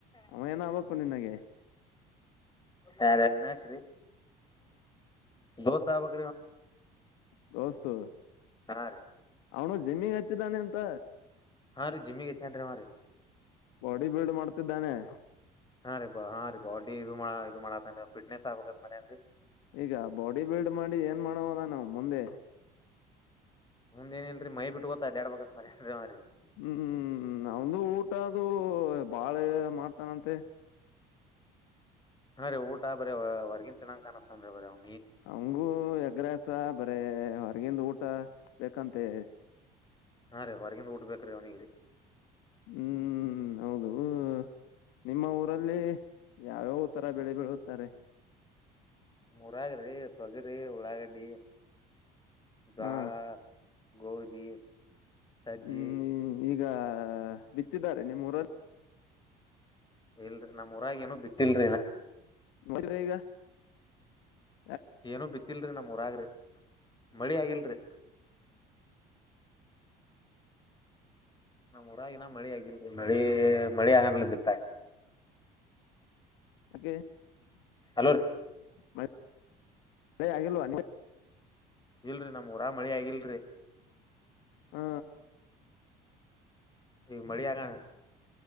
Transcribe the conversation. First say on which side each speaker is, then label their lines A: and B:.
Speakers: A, on the left (about 75°); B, on the left (about 20°).
A: ಅವ ಏನ್ ಆಗಬೇಕು ನಿಂಗೆ
B: ಯಾರ ವಿನಾಶ್ರೀ ದೋಸ್ತ ಆಬೇಕ
A: ದೋಸ್ತ್
B: ಹಾ ರೀ
A: ಅವನ ಜಮೀಹ ಹಚ್ಚಿ ಅಂತ
B: ಹಾ ರೀ ಜಿಮ್ಮಿನ್ ಹೆಚ್ಚ್ಯಾರೀ
A: ಬಾಡಿ ಬಿಲ್ಡ್ ಮಾಡ್ತಿದ್ದಾನೆ <unintelligible>
B: ಹಾಂ ಬ ಹಾ ರೀ ಬಾಡಿ ಇದು ಇದು ಮಾಡತ್ತನ್ ಟ್ನೆಸ್ ಆಗ್ಬೇಕತ್ ಮೇ ಅನ್ರಿ <unintelligible>
A: ಈಗ ಬಾಡಿ ಬಿಲ್ಡ್ ಮಾಡಿ ಏನ್ ಮಾಡೋದ ನಾ ಮುಂದೆ
B: ಮುಂದ್ ನ್ನಲ್ರರಿ ಮೈ ಬಿಟ್ಟು ಗೊತ ಅದೆಡ ಬಗತ್ರಿ ಮ್ರರಿ <unintelligible>
A: ಹ್ಮ್ ಅವಂದು ಊಟ ಅದು ಬಾಳ ಮಾಡ್ತಾನಂತೆ <unintelligible>
B: ಹಾ ರೀ ಊಟಾ ಬರೀ ಹೊರ್ಗಿನ್ ತಿಿನಾಕ ಕಾಣಿಸತನ್ೀ ಬರ <unintelligible>
A: ಹಂಗೂ ಎಗ್ರಾಸ ಬರ ಹೊರಗಿಂದ ಊಟ ಬೇಕಂತೆ
B: ಹಾ ರೀ ಹೊರಗಿಂದ ಊಟ ಬ ರೀ ಅವ್ನಿಿಗೆ ರೀ
A: ಹ್ಮ್ ಹೌದು <unintelligible> ಹ ನಿಮ್ಮ ಊರಲ್ಲಿ ಯಾವ್ಯಾವ ತರ ಬೇಳೆ ಬೆಳೆಯುತ್ತಾರೆ
B: ಮುರಾಗ್ರಿ ತೊಗರಿ ಉಳ್ಳಾಗಡ್ಡಿ ಜಾಳ
A: ಹಾ
B: <unintelligible> ಗೋಧಿ ಸಜ್ಜಿ
A: ಹ್ಮ್ ಈಗ ಬಿತ್ತಿದ್ದಾರೆ ನಿಮ್ಮೂರಲ್ಲಿ
B: ಇಲ್ರರಿ ನಮ್ ಉಊರಾಗ ಏನು ಬಿಟ್ಟಿಲ್ರಿ ನಾರೀ
A: ಮಗ <unintelligible>
B: ಏನುೂ ಬಿತ್ತಲ್ರಿ ನಮ ಊರಾಗ್ರಿ ಮಳಿ ಆಗಿಲ್ರಿ ನಮ್ ಊರಾಗಿನ ಮಳಿ ಆಗಿಲ್ರಿ ಮಳಿ ಮಳಿ ಆಗನ್ಲ ಬಿತ್ತ
A: ಓಕೆ <unintelligible>
B: ಹಲೋ ರೀ
A: ಮತ್ತು ಆಗಿಲ್ವ
B: ಇಲ್ರಿ ನಮ್ ಊರಾಗ <unintelligible> ಮಳಿ ಆಗಲ್ರಿರಿ
A: ಹ
B: ಈ ಮಿ ಆಕಣ